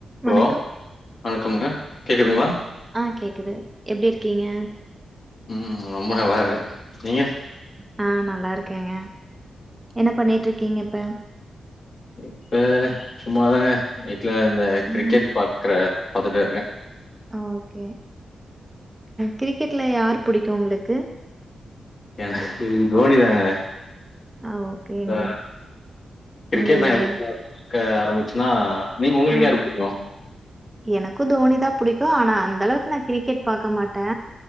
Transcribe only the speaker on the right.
வணக்கம்
ஆ கேக்குது எப்டி இருக்கீங்க
நா நல்லா இருக்கேங்க என்ன பண்ணிட்டு இருக்கீங்க இப்ப
ம்
ஆ ஓகே கிரிக்கெட்ல யார் புடிக்கு உங்களுக்கு
ஆ ஓகேங்க
இங்கங்க
ஆ
எனக்கும் தோனி தா புடிக்கும் ஆனா அந்த அளவுக்கு நா கிரிக்கெட் பாக்க மாட்டே